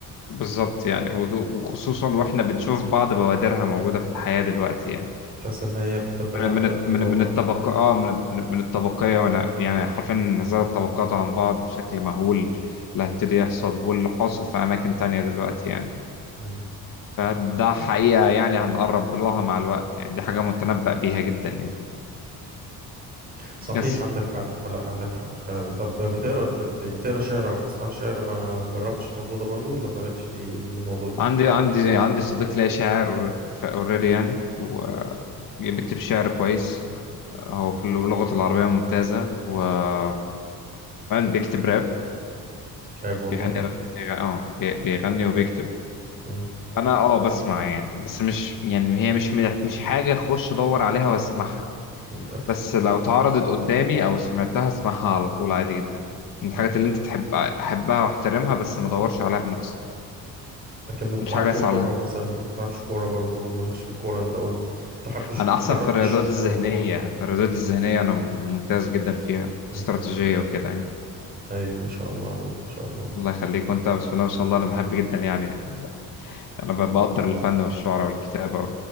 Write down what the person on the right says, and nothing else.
تحس إن هي بتتنبأ
بالواقع
مم.
صحيح
عندك حق آه، لا عندك حق فعلا طب بتقرا بت... بتقرا شعر أو بتسمع شعر ما جربتش الموضوع ده برضو ولا مالكش في الموضوع ده
رهيب والله
مم.
يبقى في-
مم.
لكن ما بتلعبش
كورة
مثلا ما بتلعبش كورة برضو مالكش في الكورة أنت قلت ما حبش
جربتش
شوط
أو جون.
مم.
مم.
أيوة ما شاء الله عليك ما شاء الله